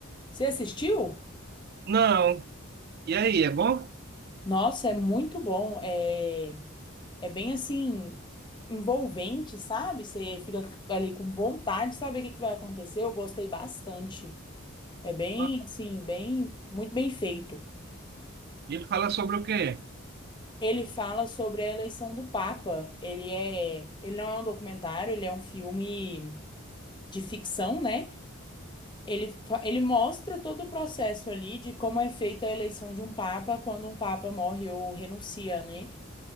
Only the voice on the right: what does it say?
Não. E aí, é bom?
Bom.
E Ele fala sobre o quê?